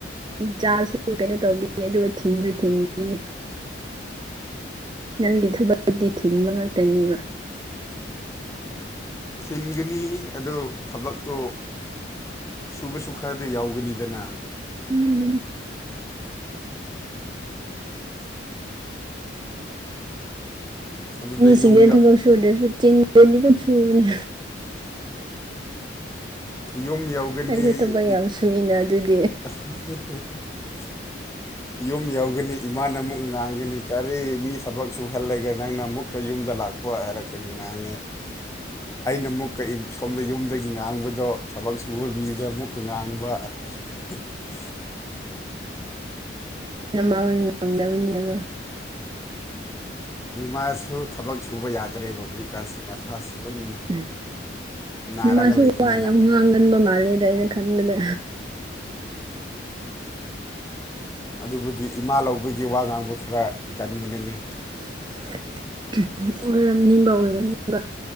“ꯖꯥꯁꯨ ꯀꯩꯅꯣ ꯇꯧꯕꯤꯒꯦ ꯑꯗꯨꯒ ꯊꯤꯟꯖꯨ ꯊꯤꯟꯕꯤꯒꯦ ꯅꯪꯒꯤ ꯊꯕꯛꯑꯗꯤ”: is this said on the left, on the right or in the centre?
Right